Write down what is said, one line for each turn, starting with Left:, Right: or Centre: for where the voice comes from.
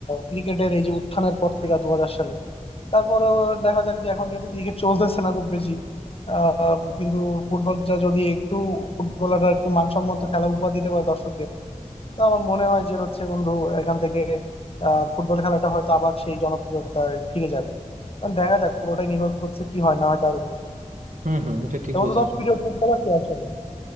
Left: ক্রিকেটের এই যে উত্থানের পর থেকে দু হাজার সালে তারপরে দেখা যাক যে এখন যেহেতু ক্রিকেট চলতেছে না খুব বেশি আহ, কিন্তু ফুটবলটা যদি একটু ফুটবলাররা একটু মানসম্মত খেলা উপহার দিতে পারে দর্শকদের তো আমার মনে হয় যে হচ্ছে বন্ধু এখান থেকে আহ, ফুটবল খেলাটা হয়তো আবার সেই জনপ্রিয়তায় ফিরে যাবে কারণ দেখা যাক পুরোটাই নির্ভর করছে কি হয় না হয় তার উপর
Right: হম হম এটা ঠিক
Left: তো বন্ধু
Right: বলছো
Left: তোমার প্রিয় ফুটবলার কে আসলে